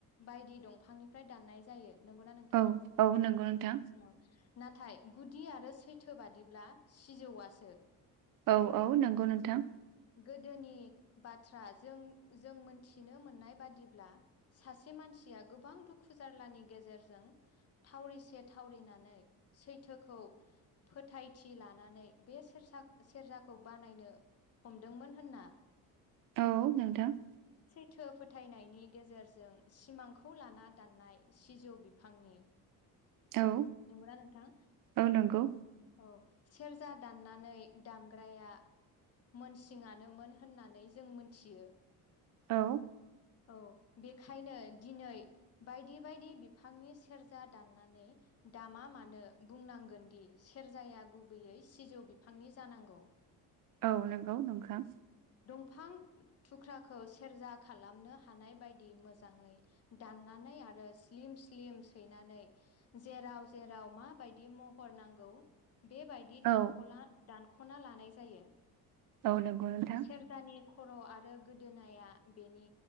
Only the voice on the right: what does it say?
औ औ नंगौ नोंथा
औ औ नंगौ नोंथां।
औ नोंथां।
औ
औ नंगौ
औ।
औ नंगौ नोंखां।
औ
औ नंगौ नोंथां